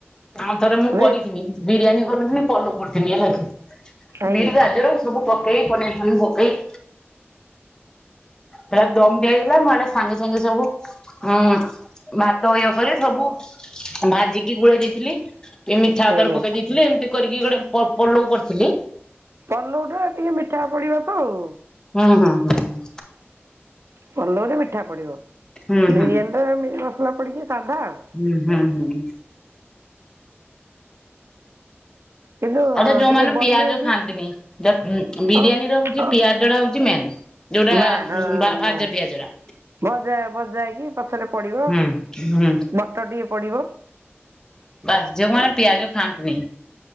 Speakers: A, on the left; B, on the right.
A: ଆଉ ଥରେ
B: କି
A: ମୁଁ
B: ଭେ
A: କରିଥିନି। ବିରିୟାନୀ କରିଥିଲି ପଲଉ କରିଥିଲି ହେଲା
B: ଆଜ୍ଞା
A: ବିଟ୍ ଗାଜର ସବୁ ପକେଇ ପନିର୍ ଫ୍ଚନିର ପକେଇ ହେ ଦମ ଦିଆ ହେଇଗଲା ମାନେ ସାଙ୍ଗେ ସାଙ୍ଗେ ସବୁ ହୁଁ ଭାତ <unintelligible> ବା ପରେ ସବୁ ଭାଜିକି ଗୋଳେଇ ଦେଇଥିଲି ଏ ମିଠା ଅତର
B: ଆଜ୍ଞା
A: ପକେଇ ଦେଇ ହେଲେ ଏମତି କରିକି ଗୋଟେ ପ-ପଲଉ କରିଥିଲି।
B: ପଲଉଟା ଟିକେ ମିଠା ପଡ଼ିବ ତ ଆଉ।
A: ହୁଁ ହୁଁ ହୁଁ ହୁଁ।
B: ପଲଉରେ ମିଠା ପଡ଼ିବ,
A: ହୁଁ ହୁଁ
B: ବିରିୟାନୀର ମିଠା ମସଲା ପଡ଼ିକି ସାଧା ଆଉ।
A: ହୁଁ ହୁଁ ହୁଁ।
B: କିନ୍ତୁ
A: ଆଉ ତ ଯୋଉମାନେ
B: ଟିକେ
A: ପିଆଜ
B: ବନେଇକି
A: ଖାଆନ୍ତିନି, ଯଦ ବିରିୟାନୀର
B: ଓ
A: ହଉଛି
B: ଓ
A: ପିଆଜଟା ହଉଛି ମେନ୍। ଯୋଉଟା
B: ବା ହଁ
A: ଭା-ଭାଜେ
B: ବା
A: ପିଆଜଟା।
B: ଭଜା ଭଜା ହେଇକି ପଛରେ ପଡିବ,
A: ହୁଁ ହୁଁ।
B: ମଟର ଟିକେ ପଡିବ।
A: ବାସ୍ ଯେଉଁମାନେ ପିଆଜ ଖାଆନ୍ତିନି।